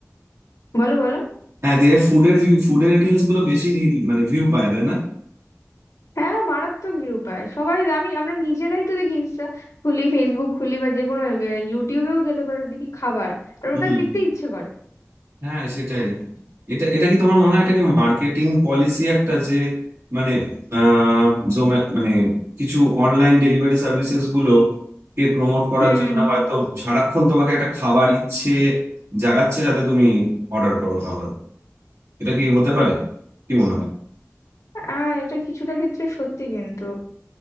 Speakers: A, on the left; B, on the right.
A: বলো বলো
B: হ্যাঁ দিয়ে ফুডের ভিউ ফুডের রিলস গুলো বেশি রিল মানে ভিউ পায় তাই না
A: হ্যাঁ মারাত্মক ভিউ পায় সবাই আমি আমরা নিজেরাই তো দেখি ইনস্টা খুলি ফেসবুক খুলি বা যে কোনো ইউটিউবেও গেলে পরে দেখি খাবার আর
B: হুম
A: ওটা দেখতে ইচ্ছে করে
B: হ্যাঁ সেটাই এটা এটা কি তোমার মনে হয় এটা কি মার্কেটিং পলিসি একটা যে মানে আহ জোমা মানে কিছু অনলাইন ডেলিভারি সার্ভিসেস গুলো কে প্রমোট করার
A: হুম
B: জন্য
A: হুম।
B: হয়তো সারাক্ষণ তোমাকে একটা খাবার ইচ্ছে জাগাচ্ছে যাতে তুমি অর্ডার করো খাবার এটা কি হতে পারে কি মনে হয়
A: আহ এটা কিছুটা ক্ষেত্রে সত্যি কিন্তু